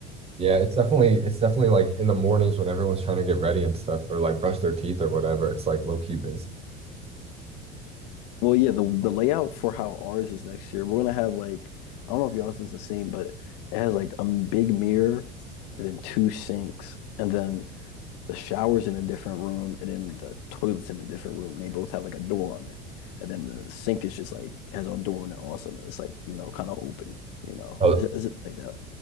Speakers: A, on the right (about 20°); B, on the left (about 45°).
A: Yeah, it's definitely it's definitely like in the mornings when everyone's trying to get ready and stuff or like brush their teeth or whatever. It's like low key busy.
B: Well, yeah, the the layout for how ours is next year, we're gonna have like I don't know if y'all's is the same, but it has like a m- big mirror and then two sinks and then the shower's in a different room and then the toilet's in a different room and they both have like a door on it. And then the sink is just like has a door on it also and it's like, you know, kinda open, you know.
A: Oh,
B: Is it, is it like that?